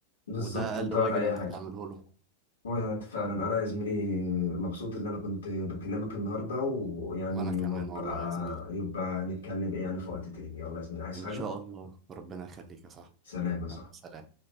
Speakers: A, on the left; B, on the right.
A: بالظبط
B: وده اقل
A: انت ولا
B: واجب
A: اي
B: انت
A: حاجه
B: تعمله له
A: وانا انت فعلا انا يا زميلي مبسوط ان انا كنت بكلمك النهارده ويعني
B: وانا كمان
A: وابقى
B: والله يا زميلي
A: يبقى نتكلم ايه يعني في وقت تاني يلا يا زميلي عايز
B: ان
A: حاجه
B: شاء الله ربنا يخليك يا صاحبي
A: سلام يا صاحبي
B: يلا سلام